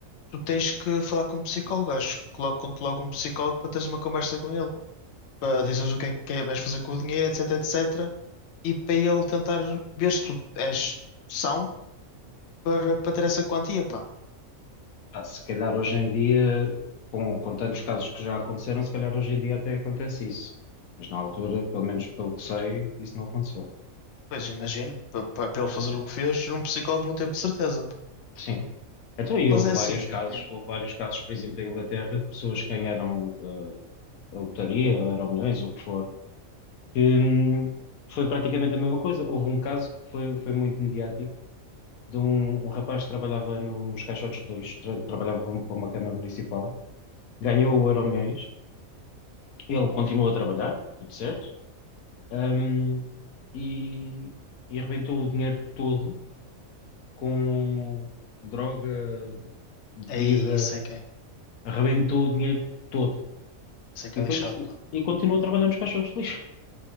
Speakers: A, on the left; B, on the left.
A: tu tens que falar com um psicólogo. Acho que colocam-te logo um psicólogo para teres uma conversa com ele, para dizeres o que é que é- vais fazer com o dinheiro, etc, etc. E para ele tentar ver se tu és são para, para ter essa quantia, pá.
B: Pá, se calhar hoje em dia, com, com tantos casos que já aconteceram, se calhar hoje em dia até acontece isso. Mas na altura, pelo menos pelo que sei, isso não aconteceu.
A: Pois imagino, pa- pa- para ele fazer o que fez, um psicólogo não teve de certeza, pá.
B: Sim. Então, e
A: Mas
B: houve
A: é
B: vários
A: assim,
B: casos,
A: hum,
B: houve vários casos, por exemplo, em Inglaterra, de pessoas que ganharam ah, a lotaria, ou Euromilhões, o que for, que hum, foi praticamente a mesma coisa. Houve um caso que foi, foi muito mediático de um, um rapaz que trabalhava no- nos caixotes de lixo, tra- trabalhava para uma para uma Câmara Municipal, ganhou o Euromilhões, ele continuou a trabalhar, tudo certo, hum, e, e arrebentou o dinheiro todo com droga, bebida,
A: aí isso é que é,
B: arrebentou o dinheiro todo.
A: isso é que
B: E
A: é
B: depois,
A: lixado, pá.
B: e continuou a trabalhar nos caixotes de lixo.